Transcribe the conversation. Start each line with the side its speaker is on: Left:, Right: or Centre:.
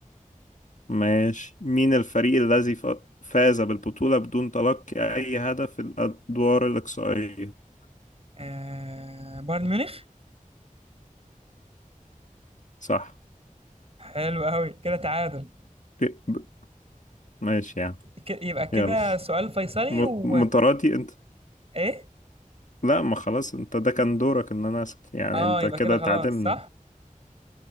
Left: ماشي مين الفريق الذي ف- فاز بالبطولة بدون تلقي أي هدف في الأدوار الإقصائية
Right: آه... بايرن ميونخ
Left: صح
Right: حلو قوي كده تعادل
Left: ب- ب- ماشي يعني
Right: ك- يبقى كده
Left: يلا
Right: سؤال فيصلي
Left: م-
Right: و
Left: متراتي انت
Right: ايه
Left: لا ما خلاص انت ده كان دورك ان انا اسال يعني
Right: اه
Left: انت
Right: يبقى
Left: كده
Right: كده خلاص
Left: تعادلنا
Right: صح